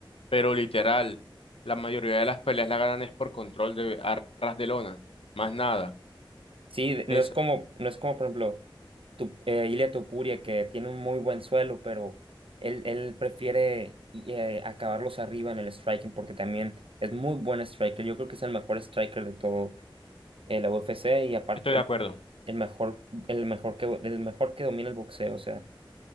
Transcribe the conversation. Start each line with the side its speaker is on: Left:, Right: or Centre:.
Left: pero literal, la mayoría de las peleas la ganan es por control de arras de lona, más nada.
Right: Sí, de-
Left: Es,
Right: no es como, no es como por ejemplo tu, eh, Ilia Topuria que tiene un muy buen suelo, pero él, él prefiere y, eh, acabarlos arriba en el striking porque también es muy buen striker. Yo creo que es el mejor striker de todo eh, la UFC y aparte
Left: estoy de acuerdo.
Right: el mejor, el mejor que, el mejor que domina el boxeo. O sea,